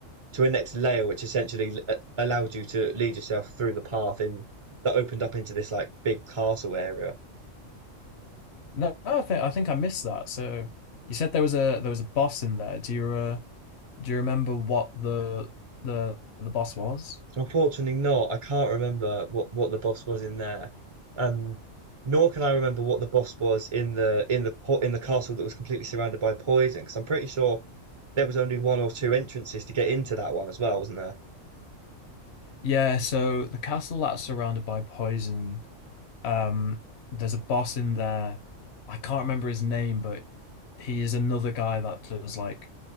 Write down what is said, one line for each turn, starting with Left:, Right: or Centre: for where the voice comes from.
Right: to a next layer, which essentially uh, allowed you to lead yourself through the path in that opened up into this like big castle area.
Left: No, no, I think I think I missed that. So you said there was a there was a boss in there. Do you uh, do you remember what the the the boss was?
Right: So Unfortunately not. I can't remember what, what the boss was in there. Um, nor can I remember what the boss was in the in the po- in the castle that was completely surrounded by poison, because I'm pretty sure there was only one or two entrances to get into that one as well, wasn't there?
Left: Yeah, so the castle that's surrounded by poison Um, there's a boss in there. I can't remember his name, but he is another guy that does like